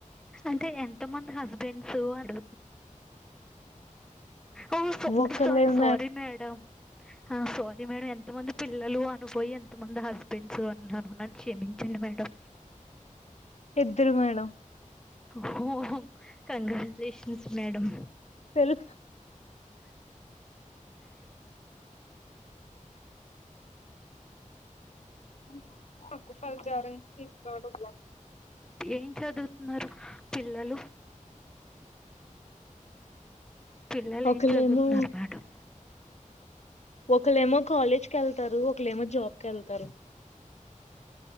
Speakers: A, in the centre; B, on the left (about 55°).
A: అంటే ఎంత మంది హస్బెండ్స్ అడు ఓ సారి
B: ఒకరు
A: సారీ
B: లేదు
A: సారీ మేడం ఆ సారీ మేడం ఎంత మంది పిల్లలు అను పోయి ఎంత మంది హస్బెండ్స్ అన్నాను. క్షమించండి మేడం,
B: ఇద్దరు మేడం
A: ఓ కంగ్రాచులేషన్స్ మేడం
B: తెలు <unintelligible>
A: ఏం చదువుతున్నారు పిల్లలు పిల్లలు
B: ఒకలేమో
A: ఏం చదువుతున్నారు మేడం
B: ఒకళమో కాలేజ్ కెళ్తారు ఒకలేమో జాబ్కి వెళ్తారు